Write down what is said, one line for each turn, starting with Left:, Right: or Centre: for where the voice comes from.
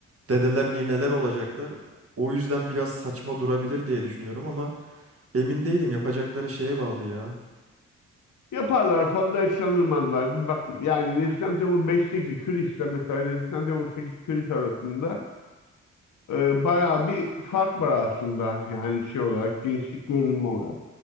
Right: dedeler nineler olacaklar. O yüzden biraz saçma durabilir diye düşünüyorum ama emin değilim yapacakları şeye bağlı ya.
Left: Yaparlar fazla eslanırmazlar. Bak yani Resident Evil 5'teki Chris'le mesela Resident Evil 8 Chris arasında e, bayağı bir fark var aslında. Yani şey olarak gençlik görünümü olarak.